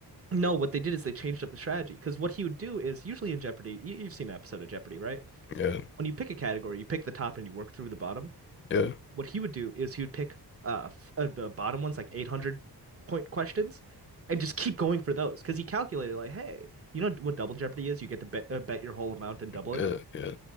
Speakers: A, on the right (about 35°); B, on the left (about 30°).
A: No, what they did is they changed up the strategy because what he would do is usually in Jeopardy, you, you've seen an episode of Jeopardy, right?
B: Yeah,
A: When you pick a category, you pick the top and you work through the bottom.
B: yeah,
A: what he would do is he would pick uh, f- uh the bottom ones, like 800 point questions, and just keep going for those because he calculated like, hey, you know what Double Jeopardy is? You get to bet, uh, bet your whole amount and double
B: yeah,
A: it.
B: yeah,